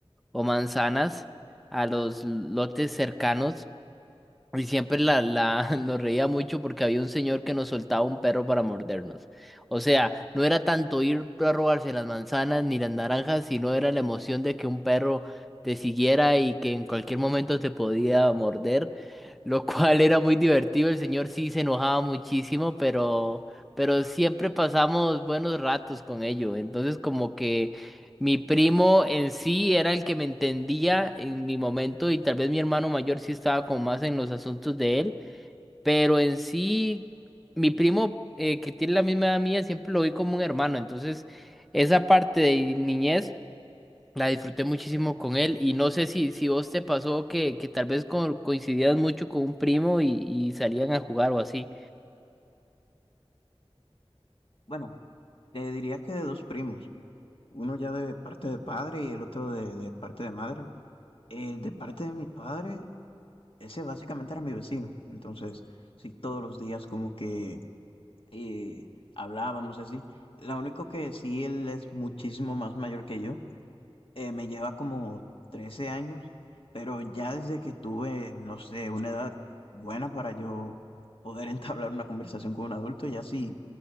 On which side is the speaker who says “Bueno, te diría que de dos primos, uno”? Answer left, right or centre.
Left